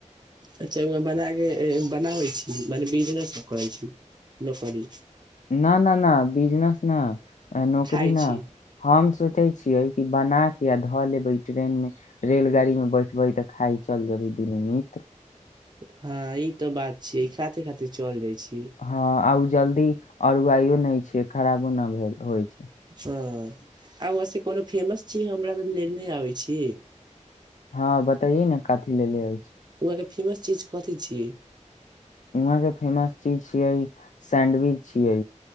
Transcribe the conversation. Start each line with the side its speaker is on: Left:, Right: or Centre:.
Right: अच्छा बनााके बनाबै छी मने बिजनेससभ करै छी नौकरी।
Left: न न न बिजनेस नहि। नौकरी
Right: खाइ
Left: न
Right: छी
Left: हम सोच। सोचे छियै कि बना के आ धऽ लेबै ट्रेन मे रेलगाड़ी मे बैठबै तऽ खाइ चल जेबै दुनू मित्र।
Right: हँ ई तऽ बात छिय ई खााते खााते चल जाइ छी।
Left: हँ आ उ जल्दी अरूवायो नहि छ खराबो न भेल होइ छै।
Right: ह। आ वस कोनो फेमस छीीज हमरा त लेल नहि आबै छी।
Left: हँ बताइे ने कथी लेेब छी।
Right: वहाँके फेमस चीज कथी छीियै।
Left: वहाँ के फेमस चीज छियै सैंडविच छियै